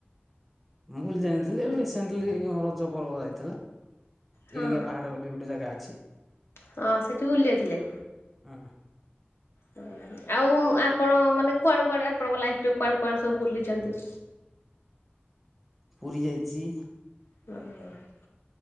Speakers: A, in the centre; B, on the left (about 70°).
A: ମୁଁ ବୋଲି ଜାଣିଥିଲି ରିସେଣ୍ଟଲି ରଜ ପର୍ବ ଯାଇଥିଲା।
B: ହଁ
A: ଇରିଙ୍ଗା ପାହାଡ ବୋଲି ଗୋଟେ ଜାଗା ଅଛି।
B: ହଁ ସେଇଠି ବୁଲିଯାଇଥିଲେ।
A: ହଁ
B: ଓ ଆଉ ଆପଣ ମାନେ କୁଆଡେ କୁଆଡେ ଆପଣଙ୍କ ଲାଇଫ କୁଆଡେ କୁଆଡେ ସବୁ ବୁଲିଛନ୍ତି।
A: ପୁରୀ ଯାଇଛି।
B: <inaudible>